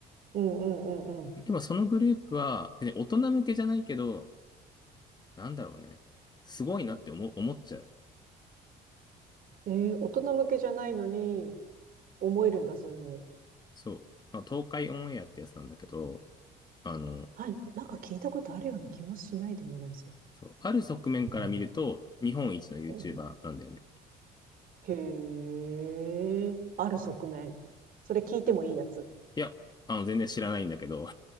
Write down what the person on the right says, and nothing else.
うんうんうんう
ん。えー、大人向けじゃないのに、思えるんだ、そういうふうに。
はい、なんか聞いたことあるような気もしないでもないですよ。
うん。
うん
へえ、ある側面。それ聞いてもいいやつ。